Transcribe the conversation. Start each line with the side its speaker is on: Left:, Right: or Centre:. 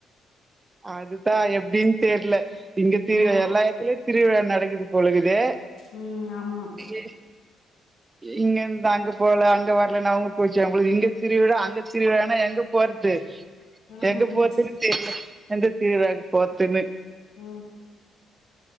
Right: அதுதான் எப்டின் தெரில இங்க திரு
Left: ஆ
Right: எல்லா எத்தலே திருவிழா நடக்குது போலக்குதே
Left: ம் ஆமா
Right: ஏ
Left: <inaudible>
Right: இங்க இருந்து அங்க போலே அங்க வரலன்னா அவங்க கோச்ச அவங்களுக்கு திருிவிழா அங்க திருவிழா னா எங்க போறது
Left: ம்
Right: எங்க
Left: ம்
Right: போத்துன்னு தெரியல எந்த தீருவிழாக்கு போர்த்தின்னு
Left: ம்